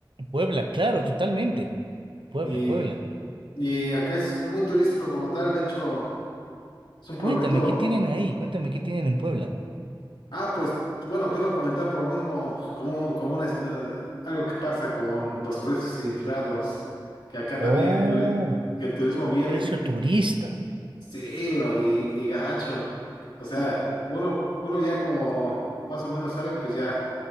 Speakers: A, on the right (about 75°); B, on the left (about 80°).
A: Puebla, claro, totalmente. Puebla,
B: Y,
A: Puebla.
B: y acá es muy turístico como tal, de hecho, es un
A: Cuéntame,
B: pueblito,
A: ¿qué tienen ahí? Cuéntame, ¿qué tienen en Puebla?
B: ah, pues, bueno, te iba a comentar por lo mismo, como, como una, es- eh, algo que pasa con los precios infrados, que acá también
A: Oh,
B: el, Oh, turi- que el turismo viene,
A: precio turista.
B: sí, bro, y, y gacho, o sea, uno, uno ya como más o menos sabe, pues ya.